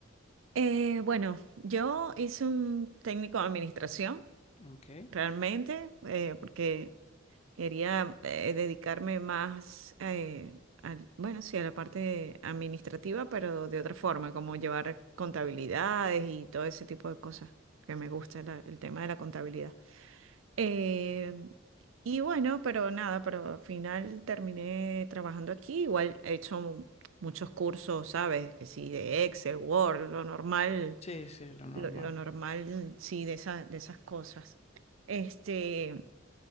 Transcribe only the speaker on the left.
Ok.
Sí, sí, lo normal.